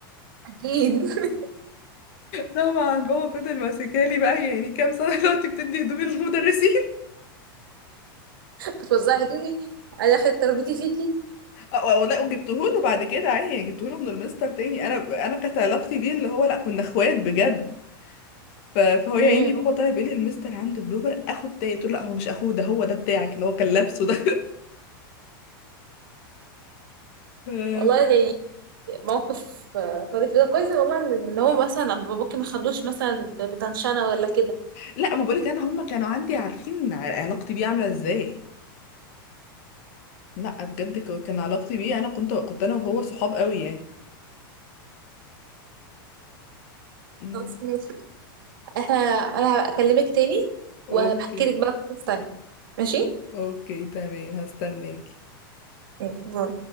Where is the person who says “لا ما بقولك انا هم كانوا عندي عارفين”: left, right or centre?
Left